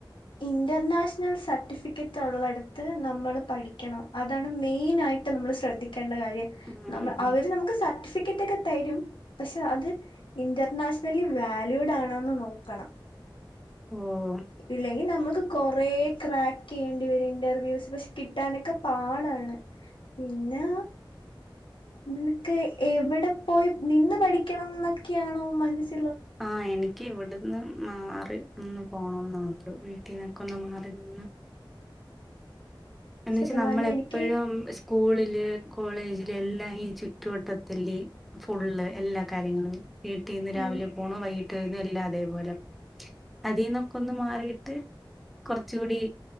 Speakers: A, on the left; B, in the centre.
A: ഇന്റർനാഷണൽ സർട്ടിഫിക്കറ്റ് ഒള്ളടത്ത് നമ്മൾ പഠിക്കണം. അതാണ് മെയിനായിട്ട് നമ്മള് ശ്രെദ്ധിക്കേണ്ട കാര്യം
B: ഉം
A: നമ അവര് നമുക്ക് സർട്ടി ഫിക്കറ്റൊക്കെ തരും. പക്ഷെ അത് ഇന്റർനാഷണലി വാല്യൂഡ് ആണോന്ന് നോക്കണം.
B: ഓഹ്
A: ഇല്ലെങ്കി നമ്മുക്ക് കൊറേ ക്രാക്കെയ്യേണ്ടി വെരും. ഇന്റർവ്യൂസ് പക്ഷെ കിട്ടാനൊക്കെ പാടാണ്. പിന്നാ നിനക്ക് എവിടെ പോയി നിന്ന് പഠിക്കണം എന്നൊക്കെയാണോ മനസ്
B: ആഹ് എനി ക്കി ഇവ്ട്ന്ന് മാറി നിന്ന് പോണംന്നുണ്ട്. വീട്ടിന്നൊക്കെ ഒന്ന് മാറി നിന്ന്. എന്ന്
A: സത്യം
B: വെച്ചാ നമ്മളെപ്പഴും
A: പറഞ്ഞ എനിക്ക്
B: സ്കൂളില് കോളേജില് എല്ലാം ഈ ചുറ്റുവട്ടത്തല്ല്. ഫുള്ള് എല്ലാ കാര്യങ്ങളും വീട്ടിന്ന് രാവിലെ
A: ഉം
B: പോണ വൈകിട്ട്ന്ന് എല്ലാം അതേപോലെ. അതീന്നൊക്കെ ഒന്ന് മാറിട്ട് കൊറച്ചൂടി